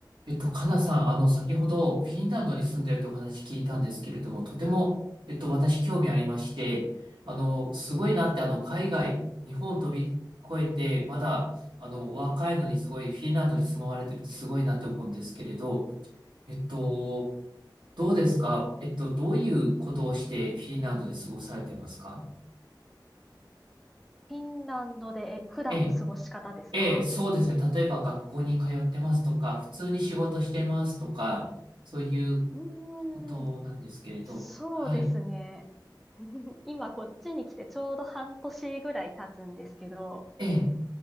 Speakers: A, on the right; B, in the centre.
A: えっと、かなさん、あの、先ほどフィンランドに住んでるとお話聞いたんですけれども、とても、えっと、私興味ありまして、あの、すごいなって、あの、海外、日本飛び越えて、まだ、あの、お若いのにすごいフィンランドに住まわれてるってすごいなって思うんですけれど、えっと、どうですかえっと、どういうことをしてフィンランドで過ごされてますか
B: フィンランドで、え、普段の過ごし方ですか
A: ええ、ええ、そうですね。例えば学校に通ってますとか、普通に仕事してますとか、そういう
B: う
A: ことなんですけれど、
B: ーん、そうですね。
A: はい。
B: <laughs> 今こっちに来てちょうど半年ぐらい経つんですけど、
A: ええ、